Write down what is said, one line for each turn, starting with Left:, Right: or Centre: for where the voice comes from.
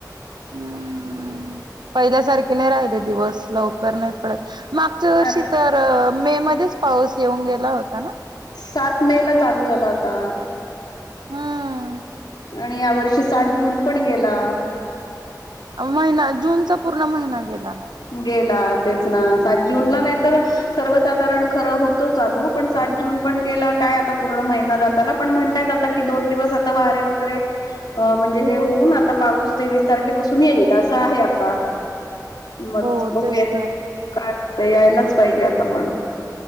Right: हम्म. पहिल्यासारखे नाही राहिले दिवस लवकर नाही पडत मागच्या वर्षी
Left: आता
Right: तर मे मध्येच पाऊस येऊन गेला होता ना
Left: सात मे ला चालू झाला होता.
Right: हम्म
Left: आणि या वर्षी सात जून पण गेला.
Right: महिना जूनचा पूर्ण महिना गेला ना
Left: गेला तेच ना सात जूनला नाही तर सर्वसाधारण खरं होत चालू पण सात जून पण गेला काय आता पूर्ण महिना जाताला पण म्हणतायेत आता कि दोन दिवस आता वारे वगैरे अ म्हणजे हे होऊन आता पाऊस तेवीस तारखेपासून येईल असं आहे आता मग
Right: हो
Left: बघूया
Right: तेच तर
Left: काय होतयं यायलाच पाहिजे आता पण